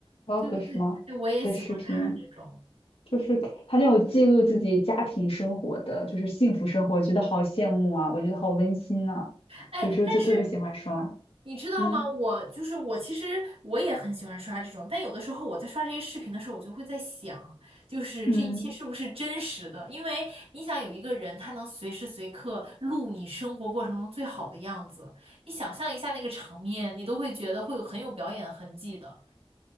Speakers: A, on the left (about 80°); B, on the right (about 85°).
A: vlog
B: 对对对，
A: 什么的视频，
B: 哎，我也喜欢看这种。
A: 就是他那种记录自己家庭生活的，就是幸福生活，我觉得好羡慕啊，我觉得好温馨呐、
B: 哎，
A: 有时候就特别喜欢刷，
B: 但是你知道吗？
A: 嗯
B: 我就是我，其实我也很喜欢刷这种，但有的时候我在刷这些视频的时候，我就会在想，就是这一切是不是真实的？
A: 嗯。
B: 因为你想有一个人，他能随时随刻录你生活过程中最好的样子，你想象一下那个场面，你都会觉得会有很有表演痕迹的。